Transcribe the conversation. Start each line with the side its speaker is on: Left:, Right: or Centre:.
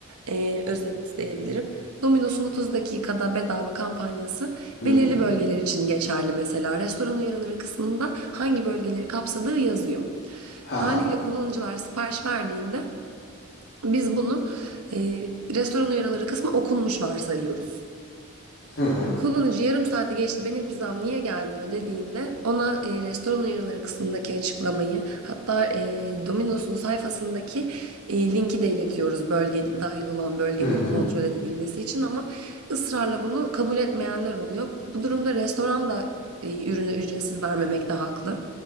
Right: e, özetleyebilirim. Domino's'un 30 dakikada bedava kampanyası
Left: Hı
Right: belirli
Left: hı.
Right: bölgeler için geçerli mesela. Restoran uyarıları kısmında hangi bölgeleri kapsadığı yazıyor.
Left: Ha
Right: Haliyle
Left: ha.
Right: kullanıcılar sipariş verdiğinde biz bunu e, restoran uyarıları kısmı okunmuş varsayıyoruz.
Left: Hı hı.
Right: Kullanıcı yarım saati geçti benim pizzam niye gelmiyor dediğinde ona e, restoran uyarıları kısmındaki açıklamayı hatta e, Domino's'un sayfasındaki e, linki de iletiyoruz bölge dahil olan bölgeleri
Left: Hı hı.
Right: kontrol edebilmesi için ama ısrarla bunu kabul etmeyenler oluyor. Bu durumda restoran da e, ürünü ücretsiz vermemekte haklı.